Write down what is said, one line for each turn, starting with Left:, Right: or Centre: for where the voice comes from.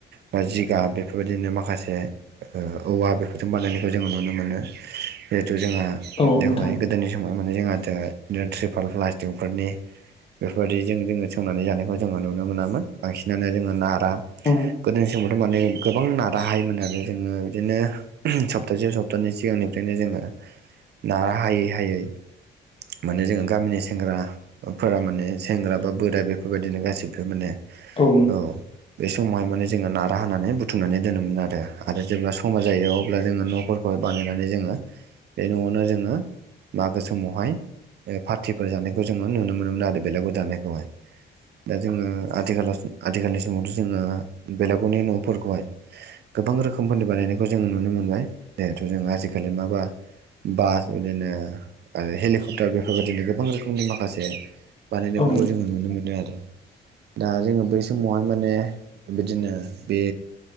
Right: बा जिगाब बेफोरबायदिनो माखासे ओ औवा बेफोरजों बानायनायखौ जोङो नुनो मोनो जिहेथु जोंहा बेवहाय
Left: औ नोंथां
Right: गोदोनि समाव माने जों रिपल प्लास फंफोरनि बेफोरबायदिजों जोङो सोंनानै जानायखौ जोङो नुनो मोनामोन बांसिनानो जोङो ना नारा
Left: औ
Right: गोदोनि समावथ' माने गोबां नाराहायोमोन आरो जोङो बिदिनो। सप्तासेयाव सप्तानैै सिगांनिफ्रायनो जोङो नारा हायै हायै माने जोङो गामिनि सायाव सेंग्राफोरा माने सेंग्रा बा बोरा बेफोरबायदिनो गासिबो माने
Left: औ
Right: औ बे समावहाय माने जोङो नारा होनानै बुथुमनानै दोनोमोन आरो आरो जेब्ला समा जायो अब्ला जोङो न' बानायनानै जोङो बे न'आवनो जोङो मागो समावहाय फ फोर जानायखौ जोङो नुनो मोनोमोन आरो बेलागुर जानायखौहाय दा जोङो आथिखालाव आथिखालनि समावथ' जोङो बेलागावनि न'फोरखौहाय गोबां रोखोमफोरनि बानायनायखौ जोङो नुनो मोनबाय जिहेथु जों आजिखालि माबा बास बिदिनो आरो हेलिकप्टार बेफोरबायदिनो गोबां रोखोमनि माखासे बानायनायफोरखौ
Left: औ नोंथां
Right: जोङो नुनो मोनो आरो। दा जोङो बै समावहाय माने बिदिनो बे